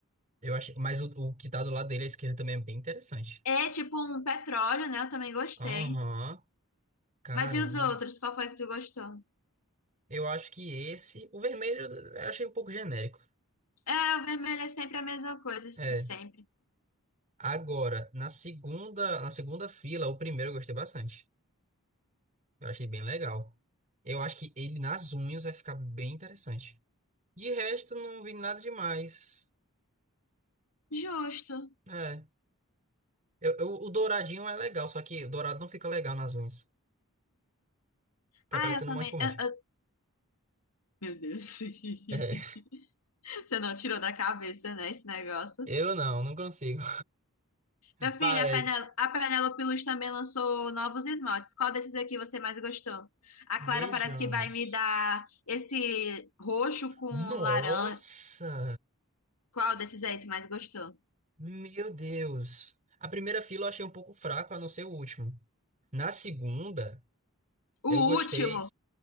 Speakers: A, on the right; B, on the left.
A: Eu achei, mas o, o que tá do lado dele à esquerda também é bem interessante.
B: É tipo um petróleo, né? Eu também gostei.
A: Aham, caramba.
B: Mas e os outros? Qual foi que tu gostou?
A: Eu acho que esse. O vermelho eu achei um pouco genérico.
B: É, o vermelho é sempre a mesma coisa, de
A: É.
B: sempre.
A: Agora, na segunda, na segunda fila, o primeiro eu gostei bastante. Eu achei bem legal. Eu acho que ele nas unhas vai ficar bem interessante. De resto, não vi nada demais.
B: Justo.
A: É. Eu, eu- o douradinho é legal, só que o dourado não fica legal nas unhas. Fica
B: Ah,
A: parecendo
B: eu também.
A: um monte de fumante.
B: eu- eu- Meu Deus. <laughs>
A: É,
B: Você não tirou da cabeça, né, esse negócio?
A: eu não, não consigo. <laughs>
B: Meu filho,
A: Parece.
B: a Penel- a Penélope Luz também lançou novos esmaltes. Qual desses aqui você mais gostou? A
A: Vejamos.
B: Clara parece que vai me dar esse roxo com
A: Nossa!
B: laranja. Qual desses aí tu mais gostou?
A: Meu Deus! A primeira fila eu achei um pouco fraco, a não ser o último. Na segunda, eu
B: O
A: gostei.
B: último!